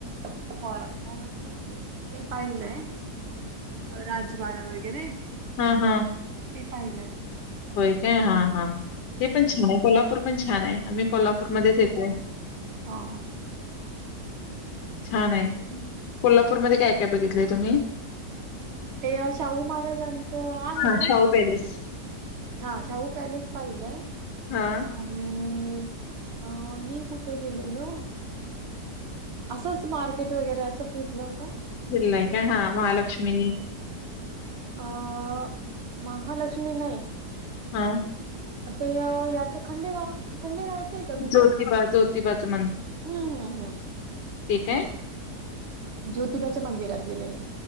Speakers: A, on the right (about 75°); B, on the left (about 80°).
A: काय नाही ते. ते पाहिलंय राज वाडा वगैरे
B: हम हम
A: ते पाहिलंय.
B: होय काय हा हा ते पण छान आहे कोल्हापूर पण छान आहे आम्ही- कोल्हापूरमध्ये
A: हम्म.
B: येतय.
A: हा हा
B: छान आहे कोल्हापूरमध्ये काय -काय बघितलंय तुम्ही
A: ते शाहू महाराजांचं आहे
B: हां,
A: ना?
B: शाहू पॅलेस.
A: हा शाहू पॅलेस पाहिलंय
B: हां,
A: आणि- अ नी कुठे गेलेलो. असंच मार्केट वगैरे असं फिरलं होतं.
B: फिरलाय. काय हा महालक्ष्मी.
A: अ महालक्ष्मी नाही.
B: हा
A: ते याच खंडेरावाच खंडेरायाच आहे का कुठे?
B: ज्योतिबा, ज्योतिबाचं
A: हम्म- हम्म -हम्म
B: ते काय
A: ज्योतिबाच्या मंदिरात गेलेलो.